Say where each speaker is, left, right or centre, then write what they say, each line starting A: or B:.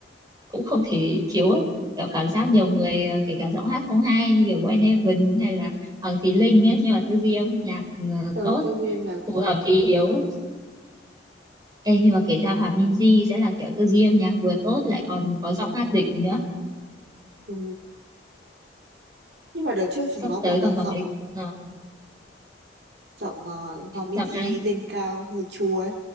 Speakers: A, on the right (about 20°); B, on the right (about 65°).
A: cũng không thể thiếu ấy kiểu cảm giác nhiều người ờ, kể cả giọng hát không hay như kiểu Wayne Heaven hay là Hoàng Thùy Linh ấy nhưng mà tư duy âm nhạc ờ,
B: tớ
A: tốt
B: tư viên nhạc
A: phù
B: tốt
A: hợp thì yếu ấy. Em nhưng mà kể ra Hòa Minzy sẽ là kiểu tư duy âm nhạc vừa tốt lại còn có giọng hát đỉnh nữa
B: ừ. nhưng mà đợt trước chúng
A: sắp
B: nó bảo
A: tới
B: là
A: còn
B: giọng
A: có cái ờ,
B: giọng uh, Hòa Minzy
A: giọng ai
B: lên cao hơi chua ấy